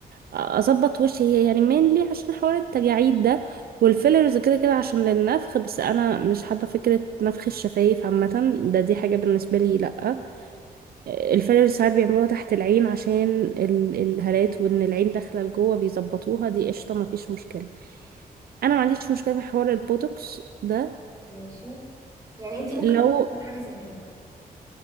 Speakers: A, on the right; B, on the right.
A: اظبط وشي هي يعني مينلي عشان حوار التجاعيد ده والفيلرز كده كده عشان للنفخ بس انا مش حابه فكره نفخ الشفايف عامه ده دي حاجه بالنسبه لي لا الفيلرز ساعات بيعملوها تحت العين عشان ال- الهالات وان العين داخله لجوه بيظبطوها دي قشطه مفيش مشكله انا ما عنديش مشكله في حوار البوتوكس ده
B: ماشي يعني انت ممكن
A: لو
B: تقولي حاجة زي كده